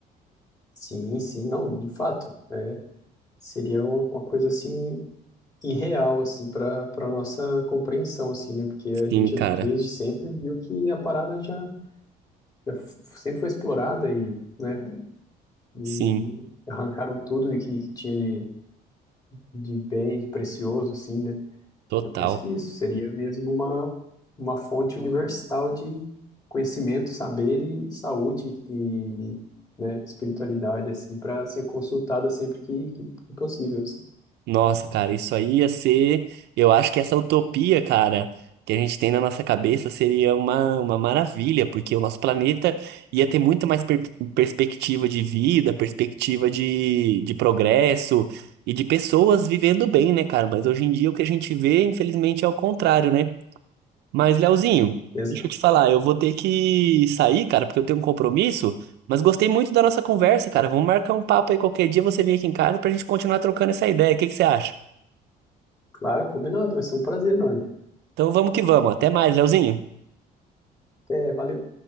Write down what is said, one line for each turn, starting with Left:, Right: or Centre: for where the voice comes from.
Left: Sim, sim, não, de fato, é, seria uma, uma coisa assim irreal assim para para nossa compreensão assim, né? Porque a
Right: Sim,
Left: gente
Right: cara.
Left: desde sempre viu que a parada já, já f- sempre foi explorada e, né, e
Right: Sim,
Left: arrancaram tudo e que, que tinha de, de bem, de precioso assim, né?
Right: total.
Left: Eu pesquiso, seria mesmo uma, uma fonte universal de conhecimento, saber e saúde e, né, espiritualidade, assim, para ser consultada sempre que, que possível. assim.
Right: Nossa, cara, isso aí ia ser. Eu acho que essa utopia, cara, que a gente tem na nossa cabeça seria uma, uma maravilha, porque o nosso planeta ia ter muito mais per- perspectiva de vida, perspectiva de, de progresso e de pessoas vivendo bem, né, cara? Mas hoje em dia o que a gente vê, infelizmente, é o contrário, né? Mas, Leozinho,
Left: Exato.
Right: deixa eu te falar, eu vou ter que sair, cara, porque eu tenho um compromisso, mas gostei muito da nossa conversa, cara. Vamos marcar um papo aí qualquer dia, você vem aqui em casa pra gente continuar trocando essa ideia. O que que você acha?
Left: Claro, combinado, vai ser um prazer enorme.
Right: Então vamos que vamos. Até mais, Leozinho.
Left: Até, valeu.